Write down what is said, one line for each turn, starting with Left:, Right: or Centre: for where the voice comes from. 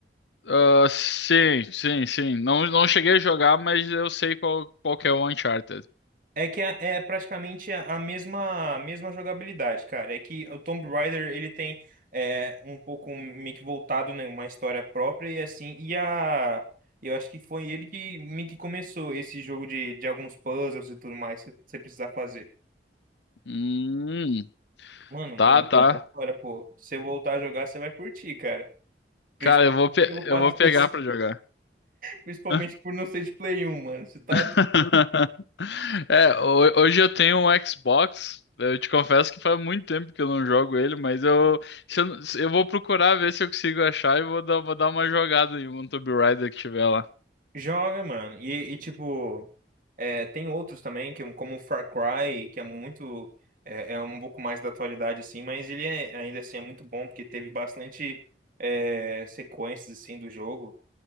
Left: Ah, sim, sim, sim. Não, não cheguei a jogar, mas eu sei qual, qual que é o Uncharted.
Right: É que é, é praticamente a a mesma, mesma jogabilidade, cara. É que o Tomb Raider ele tem é, um pouco meio que voltado né, uma história própria e assim. E a eu acho que foi ele que meio que começou esse jogo de, de alguns puzzles e tudo mais que você precisar fazer.
Left: Hum,
Right: Mano,
Left: tá,
Right: mas é
Left: tá.
Right: muita história, pô. Se você voltar a jogar, você vai curtir, cara. Principalmente
Left: Cara, eu vou, pe-
Right: pelo
Left: eu
Right: fato
Left: vou
Right: de
Left: pegar
Right: ter, <laughs>
Left: pra jogar.
Right: principalmente
Left: <laughs>
Right: por não ser de Play 1, mano. Você tá
Left: <laughs> É, ho- hoje eu tenho um Xbox. Eu te confesso que faz muito tempo que eu não jogo ele, mas eu, se eu, não- se- eu vou procurar ver se eu consigo achar e vou dar, vou dar uma jogada em um Tomb Raider que tiver lá.
Right: Joga, mano. E, e, tipo, é, tem outros também, que, é um- como o Far Cry, que é muito. É, é um pouco mais da atualidade, assim, mas ele é, ainda assim é muito bom, porque teve bastante é, sequências, assim, do jogo.